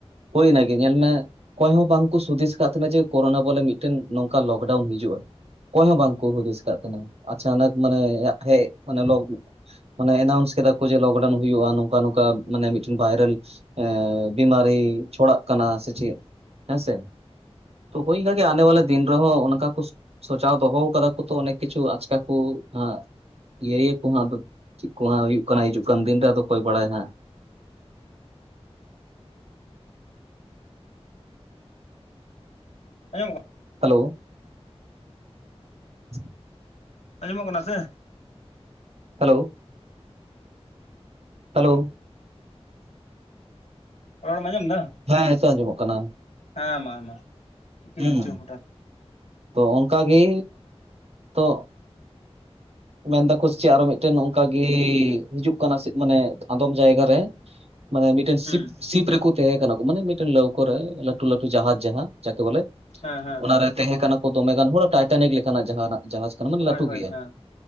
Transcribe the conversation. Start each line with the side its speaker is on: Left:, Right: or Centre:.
Right: ᱦᱚᱭ ᱚᱱᱟ ᱜᱮ ᱧᱮᱞ ᱢᱮ᱾ ᱚᱠᱚᱭ ᱦᱚᱸ ᱵᱟᱝ ᱠᱚ ᱥᱩᱫᱤᱥ ᱠᱟᱜ ᱛᱟᱦᱮᱸᱱᱟ ᱡᱮ ᱠᱳᱨᱳᱱᱟ ᱵᱚᱞᱮ ᱢᱤᱫᱴᱮᱱ ᱱᱚᱝᱠᱟ ᱞᱚᱠᱰᱟᱣᱩᱱ ᱦᱤᱡᱩᱜᱼᱟ। ᱚᱠᱚᱭ ᱦᱚᱸ ᱵᱟᱝ ᱠᱚ ᱦᱩᱫᱤᱥ ᱟᱠᱟᱜ ᱛᱟᱦᱮᱸᱱᱟ ᱟᱪᱟᱱᱟᱠ ᱢᱟᱱᱮ ᱦᱮᱡ ᱢᱟᱱᱮ ᱞᱚᱠ ᱼᱼ ᱢᱟᱱᱮ ᱮᱱᱟᱣᱩᱱᱥ ᱠᱮᱫᱟ ᱠᱚ ᱡᱮ ᱞᱚᱠᱰᱟᱣᱩᱱ ᱦᱩᱭᱩᱜᱼᱟ ᱱᱚᱝᱠᱟ ᱱᱚᱝᱠᱟ ᱢᱟᱱᱮ ᱢᱤᱫᱴᱮᱱ ᱵᱷᱟᱭᱨᱟᱞ ᱼᱼ ᱵᱤᱢᱟᱨᱤ ᱪᱷᱚᱲᱟᱜ ᱠᱟᱱᱟ ᱥᱮ ᱪᱮᱫ ᱦᱮᱸᱥᱮ। ᱛᱚ ᱦᱩᱭ ᱫᱟᱲᱮᱭᱟᱼᱟ ᱟᱱᱮ ᱵᱟᱞᱟ ᱫᱤᱱ ᱨᱮᱦᱚ ᱚᱱᱠᱟ ᱠᱚ ᱼᱼ ᱥᱚᱡᱟᱣ ᱫᱚᱦᱚ ᱠᱟᱫᱟ ᱠᱚ ᱛᱚ ᱚᱱᱮᱠ ᱠᱤᱪᱷᱩ ᱟᱪᱠᱟ ᱠᱚ ᱦᱟᱸᱜ। ᱤᱭᱟᱹ ᱭᱟ ᱠᱚ ᱦᱟᱸᱜ ᱟᱫᱚ ᱪᱮᱫ ᱠᱚ ᱦᱟᱸᱜ ᱦᱩᱭᱩᱜ ᱠᱟᱱᱟ ᱦᱤᱡᱩᱜ ᱠᱟᱱ ᱫᱤᱱᱨᱮ ᱟᱫᱚ ᱚᱠᱚᱭ ᱵᱟᱲᱟᱭᱟ ᱦᱟᱸᱜ।
Left: ᱟ <inaudible>
Right: ᱦᱮᱞᱳ <inaudible>
Left: ᱟᱸᱡᱚᱢᱚᱜ ᱠᱟᱱᱟ ᱥᱮ
Right: ᱦᱮᱞᱳ ᱦᱮᱞᱳ
Left: ᱨᱚᱲ ᱮᱢ ᱟᱸᱡᱚᱢ ᱫᱟ?
Right: ᱦᱮᱸ ᱱᱤᱛᱚᱜ ᱟᱸᱡᱚᱢᱚᱜ ᱠᱟᱱᱟ।
Left: ᱦᱮᱸ ᱢᱟ ᱢᱟ ᱪᱤᱠᱟᱹᱭᱮᱱ
Right: ᱦᱮᱸ
Left: ᱪᱚ ᱦᱚᱴᱟᱛ
Right: ᱛᱚ ᱚᱱᱠᱟᱜᱮ ᱛᱚᱜ ᱢᱮᱱ ᱫᱟᱠᱚ ᱪᱮᱫ ᱟᱨᱚ ᱢᱤᱫᱴᱮᱱ ᱚᱱᱠᱟᱜᱮ ᱦᱤᱡᱩᱜ ᱠᱟᱱᱟ ᱥᱮ ᱪᱮᱫ ᱢᱟᱱᱮ ᱟᱫᱚᱢ ᱡᱟᱭᱜᱟ ᱨᱮ। ᱢᱟᱱᱮ ᱢᱤᱫᱴᱮᱱ ᱥᱤᱯ
Left: ᱦᱩᱸ
Right: ᱥᱤᱯ ᱨᱮᱠᱚ ᱛᱟᱦᱮᱸ ᱠᱟᱱᱟ ᱠᱚ ᱢᱟᱱᱮ ᱢᱤᱫᱴᱮᱱ ᱞᱟᱹᱣᱠᱟᱹ ᱨᱮ ᱞᱟᱹᱴᱩ ᱞᱟᱹᱴᱩ ᱡᱟᱦᱟᱡᱽ ᱡᱟᱦᱟᱸ ᱡᱟᱠᱮ ᱵᱚᱞᱮ।
Left: ᱦᱮᱸ ᱦᱮᱸ
Right: ᱚᱱᱟᱨᱮ ᱛᱟᱦᱮᱸ ᱠᱟᱱᱟ ᱠᱚ ᱫᱚᱢᱮᱜᱟᱱ ᱦᱚᱲ ᱴᱟᱭᱴᱟᱱᱤᱠ ᱞᱮᱠᱟᱱᱟᱜ ᱡᱟᱦᱱᱟᱜ ᱡᱟᱦᱟᱡ ᱠᱟᱱᱟ ᱢᱟᱱᱮ
Left: ᱦᱳᱭ
Right: ᱞᱟᱹᱴᱩ
Left: ᱦᱳᱭ
Right: ᱜᱮᱭᱟ।
Left: ᱦᱮᱸ